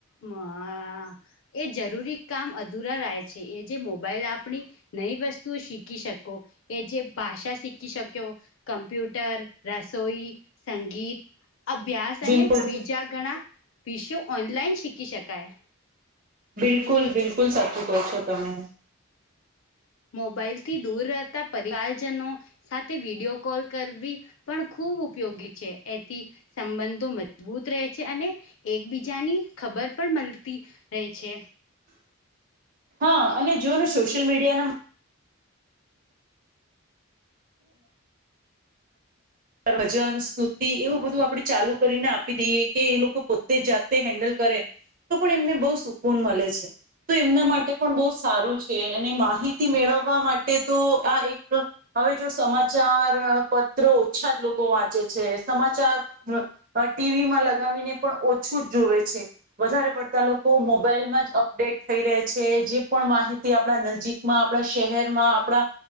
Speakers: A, on the left; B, on the right.
A: હ એ જરૂરી કામ અધુરા રહે છે એ જે મોબાઈલ આપ આપણી નવી વસ્તુઓ શીખી શકો એ જે ભાષા શીખી શક્યો કમ્પ્યુટર રસોઈ સંગીત અભ્યાસ અને
B: બિલકુલ
A: બીજા ઘણા વિષયો ઓનલાઈન શીખી શકાય
B: બિલકુલ બિલકુલ સાચું ક છો તમે
A: મોબાઈલથી દૂર રહેતા પરિવારજનો સાથે વિડીયો કોલ કરવી પણ ખૂબ ઉપયોગી છે. થી સંબંધો મજબૂત રહે છે અને એકબીજાની ખબર પણ મળતી રહે છે.
B: હા અને જો સોશિયલ મીડિયા ના ભજન સ્તુતિ એવું બધું આપણે ચાલુ કરીને આપી દઈએ કે એ લોકો પોતે જાતે હેન્ડલ કરે તો પણ એમને બહુ સુકૂન મળે છે. તો એમના માટે પણ બહુ સારું છે અને માહિતી મેળવવા માટે તો આ એક હવે જો સમાચાર પત્રો ઓછા જ લોકો વાંચે છે સમાચાર અ ટીવીમાં લગાવીને પણ ઓછું જ જોવે છે. વધારે પડતા લોકો મોબાઈલમાં જ અપડેટ થઈ રહે છે જે પણ માહિતી આપણા નજીક આપણા શહેરમાં આપણા